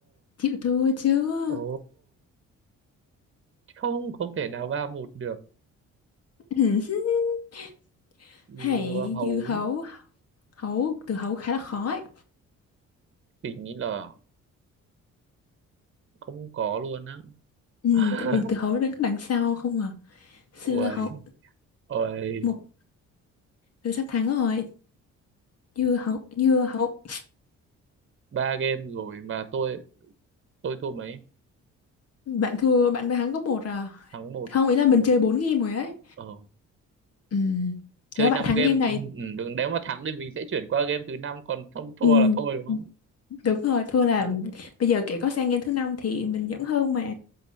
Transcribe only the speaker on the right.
ồ không không thể nào ba một được
dưa
hấu
thì nghĩ là không có luôn á
<laughs>
Uầy,
uầy,
ba game rồi mà tôi tôi thua mấy?
Thắng một.
Ờ,
chơi
năm
game.
Ừ, ừ, đừng nếu mà thắng thì mình sẽ chuyển qua game thứ năm còn không thua
là thôi đúng không?
Ừ.